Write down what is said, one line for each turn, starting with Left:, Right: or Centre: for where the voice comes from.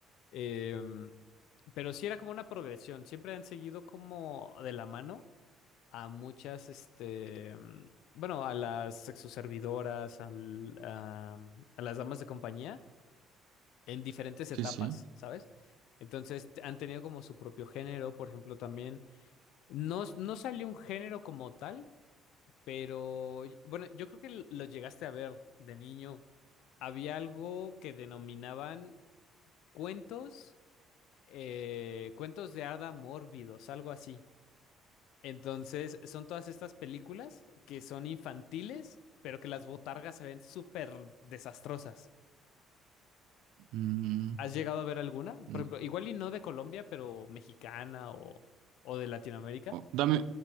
Left: Em, pero sí era como una progresión, siempre han seguido como de la mano a muchas, este, em, bueno, a las sexoservidoras, al- a a las damas de compañía en diferentes
Right: Sí,
Left: etapas,
Right: sí.
Left: ¿sabes? Entonces t- han tenido como su propio género, por ejemplo, también no, s- no salió un género como tal, pero y- bueno, yo creo que l- lo llegaste a ver de niño. Había algo que denominaban cuentos, eh, cuentos de hada mórbidos, algo así. Entonces, son todas estas películas que son infantiles, pero que las botargas se ven súper desastrosas.
Right: Mm,
Left: ¿Has llegado a ver alguna?
Right: Mm.
Left: Por ejemplo, igual y no de Colombia, pero mexicana o, o de Latinoamérica.
Right: O- Dame,